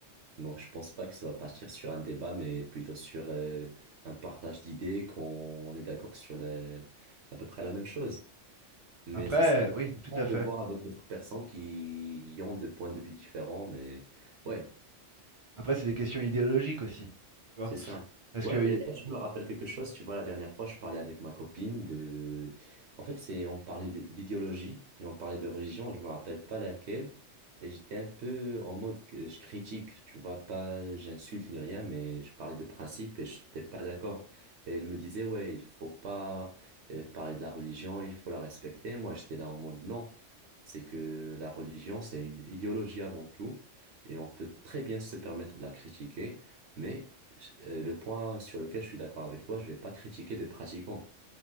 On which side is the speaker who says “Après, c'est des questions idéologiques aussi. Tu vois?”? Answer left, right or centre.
Right